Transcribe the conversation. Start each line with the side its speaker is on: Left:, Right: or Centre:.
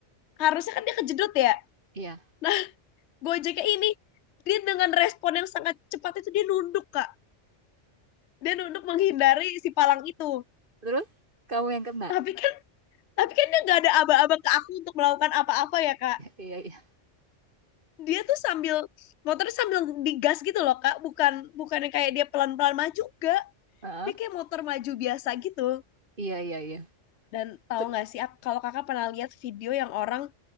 Left: harusnya kan dia kejedot ya
Right: iya
Left: nah <laughs> gojeknya ini dia dengan respon yang sangat cepat itu dia nunduk kak dia nunduk menghindari si palang itu
Right: terus kamu yang kena
Left: tapi kan tapi kan dia nggak ada aba-aba ke aku untuk melakukan apa-apa ya kak
Right: iya iya
Left: dia tuh sambil motor sambil digas gitu loh kak bukan bukan yang kayak dia pelan pelan maju enggak
Right: ah
Left: dia
Right: ah.
Left: kayak motor maju biasa gitu
Right: iya iya iya
Left: dan tahu
Right: Ter-
Left: nggak sih ak- kalau kakak pernah lihat video yang orang